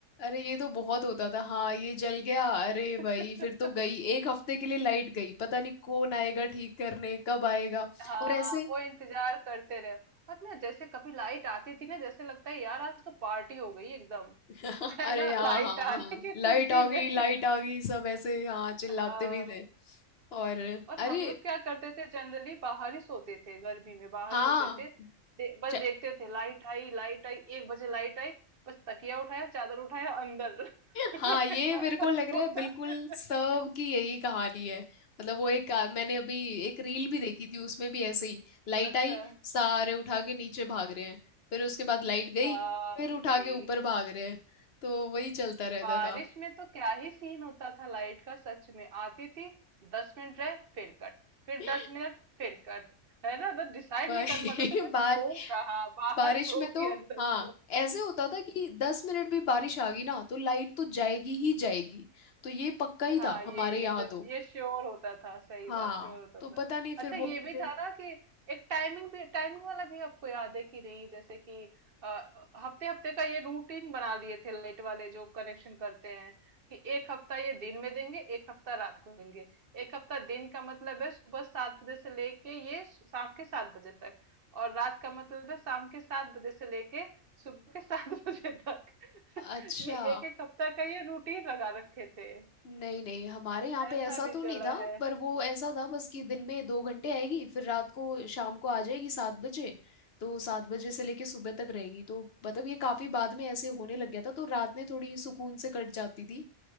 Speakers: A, on the left (about 50°); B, on the right (about 45°).
A: अरे ये तो बहुत होता था हाँ ये जल गया अरे
B: <laughs>
A: भाई फिर तो गई एक हफ्ते के लिए लाइट गई पता नहीं कौन आएगा ठीक करने कब आएगा
B: हाँ
A: और ऐसे
B: वो इंतजार करते रहे और ना जैसे कभी लाइट आती थी ना जैसे लगता है यार आज तो पार्टी हो गई एकदम
A: अरे
B: <laughs> है ना
A: हाँ
B: लाइट
A: हाँ हाँ
B: आने की
A: लाइट
B: खुशी
A: आ गई
B: में
A: लाइट
B: <laughs>
A: आ गई सब ऐसे हाँ चिल्लाते
B: हाँ
A: भी थे और
B: और
A: अरे
B: हम लोग क्या करते थे जनरली बाहर ही सोते थे गर्मी में बाहर
A: हाँ
B: सोते थे दे, बस
A: च-
B: देखते थे लाइट आई लाइट आई एक बजे लाइट आई बस तकिया उठाया चादर उठाया अंदर <laughs> अंदर
A: हाँ ये मेरे को लग
B: सो
A: रहा है बिल्कुल
B: जाते थे
A: सब की यही कहानी है मतलब वो एक आ, मैंने अभी एक रील भी देखी थी उसमें भी ऐसे ही लाइट
B: अच्छा
A: आई सारे उठा के नीचे भाग रहे हैं फिर उसके बाद लाइट गई
B: हाँ
A: फिर उठा
B: भाई
A: के ऊपर भाग रहे हैं तो वही चलता रहता
B: बारिश में तो क्या ही सीन होता था लाइट का सच में आती थी दस मिनट रहे फिर कट फिर
A: था
B: दस मिनट फिर कट है ना बस डिसाइड
A: वही
B: नहीं कर
A: <laughs>
B: पाते थे बस
A: बार
B: सो कहाँ बाहर
A: बारिश
B: सो
A: में तो
B: कि अंदर
A: हाँ
B: सो
A: ऐसे होता था कि दस मिनट भी बारिश आ गई ना तो लाइट तो जाएगी ही जाएगी तो ये पक्का ही
B: हाँ
A: था
B: ये
A: हमारे यहाँ
B: ये तो
A: तो
B: ये श्योर होता था सही
A: हाँ
B: बात श्योर होता
A: तो
B: था
A: पता नहीं फिर
B: अच्छा
A: बोलते
B: ये भी
A: थे
B: था ना कि एक टाइमिंग भी टाइमिंग वाला भी आपको याद है कि नहीं जैसे कि अ, हफ्ते हफ्ते का ये रूटीन बना लिए थे लाइट वाले जो कनेक्शन करते हैं कि एक हफ्ता ये दिन में देंगे एक हफ्ता रात को देंगे एक हफ्ता दिन का मतलब है सुबह सात बजे से लेके ये शाम के सात बजे तक और रात का मतलब है शाम के सात बजे से लेके सुबह के सात बजे तक <laughs>
A: अच्छा
B: ये एक एक हफ्ता का ये रूटीन लगा रखे थे
A: नहीं नहीं हमारे यहाँ
B: ऐसा
A: पे ऐसा
B: भी
A: तो नहीं
B: चला
A: था
B: है
A: पर वो ऐसा था बस कि दिन में दो घंटे आएगी फिर रात को शाम को आ जाएगी सात बजे तो सात बजे से लेके सुबह तक रहेगी तो मतलब ये काफी बाद में ऐसे होने लग गया था तो रात में थोड़ी सुकून से कट जाती थी